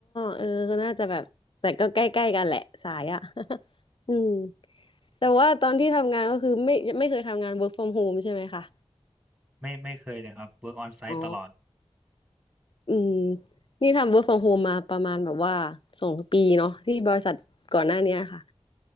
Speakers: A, on the left; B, on the right.
A: เออก็น่าจะแบบแต่ก็ใกล้ๆกันแหละสายอ่ะ <laughs> อืมแต่ว่าตอนที่ทำงานก็คือไม่ไม่เคยทำงาน work from home ใช่ไหมคะ
B: ไม่ไม่เคยเลยครับ work on site
A: อ๋อ
B: ตลอด
A: อืมนี่ทำ work from home มาประมาณแบบว่าสองปีเนาะที่บริษัทก่อนหน้าเนี้ยค่ะ